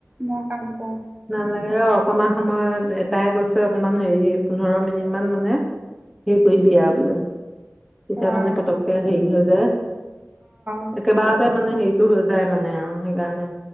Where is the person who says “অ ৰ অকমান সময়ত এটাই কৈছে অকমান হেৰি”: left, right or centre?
Centre